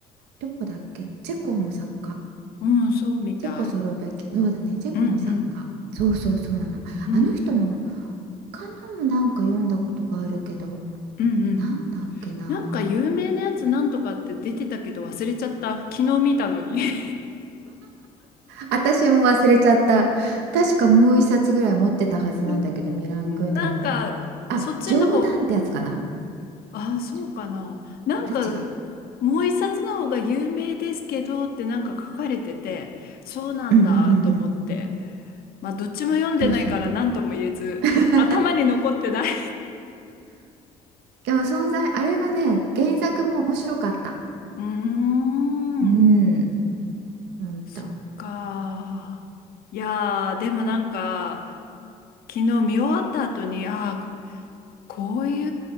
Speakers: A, on the right (about 65°); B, on the left (about 50°).
A: どこだっけチェコの作家
B: うん、そうみたい。
A: チェコスロベキそうだねチェコの作家そうそうそうなのあの人の
B: うんうん。うん。
A: 他のもなんか読んだことがあるけど
B: うんうん。
A: なんだっけな
B: なんか有名なやつなんとかって出てたけど忘れちゃった。昨日見たのに。<laughs>
A: 私も忘れちゃった確かもう一冊ぐらい持ってたはずなんだけどミラン・
B: うんなんか、
A: クンデラのあ冗談ってやつかな
B: そっちの方、あ、そうかな。
A: ちょ
B: なんか、
A: あれ違う
B: もう一冊の方が有名ですけどってなんか書かれてて、そうなんだと思って。
A: うんうんうんうん。
B: まあ、どっちも読んでないから何とも言えず、
A: そうそう。<laughs>
B: 頭に残ってない。
A: でも存在、あれはね、原作も面白かった。
B: うーん、
A: うん、ほんと。
B: そっか。いやー、でもなんか、昨日見終わった後に、あー、こうい